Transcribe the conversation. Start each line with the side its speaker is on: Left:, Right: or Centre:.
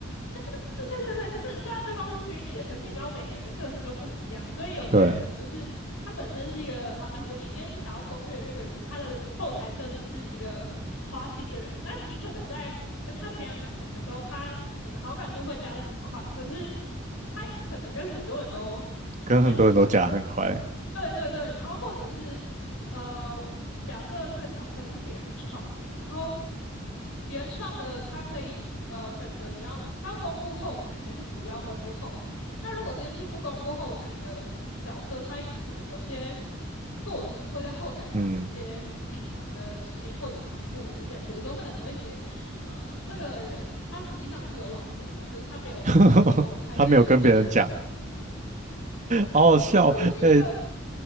Left: 对对对，就是虽然对方是虚拟的，可是你知道每个人的个性都不一样，所以有些人可能就是他本身是一个好，
Right: 对，
Left: 假设你今天你想要攻略这个人，他的后台设定是一个花心的人，那你可能在跟他培养感情的时候，他可能好感度会加的很快，可是他可能跟很多人都是那样的关系。
Right: 跟很多人都讲很快，
Left: 对对对，然后或者是呃，假设这个角色是别人创的，然后原创的他可以呃选择你要他要公布后台还是不要公布后台。那如果今天是不公布后台的角色，他可能有些作者会在后台藏一些隐藏的指令或隐藏的故事线，
Right: 嗯，
Left: 比如说他可能会写呃这个人他实际上是有老婆的，可是他没有就是公开这件事情，
Right: <laughs> 他没有跟别人讲，
Left: <laughs> 就是
Right: 好好笑，
Left: 不是一个。
Right: 哎、